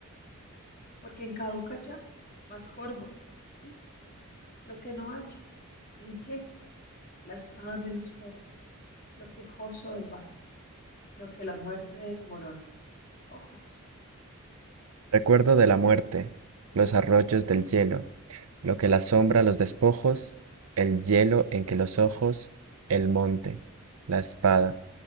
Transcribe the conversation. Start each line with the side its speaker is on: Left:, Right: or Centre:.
Left: Porque en caduca ya, más corvo. Y lo que no haya, ¿en qué? La espada menos fuerte, lo quejoso del baco, lo que la muerte desmorona. Ojos,
Right: Recuerdo de la muerte, los arroyos del hielo, lo que la sombra los despojos, el hielo en que los ojos, el monte, la espada,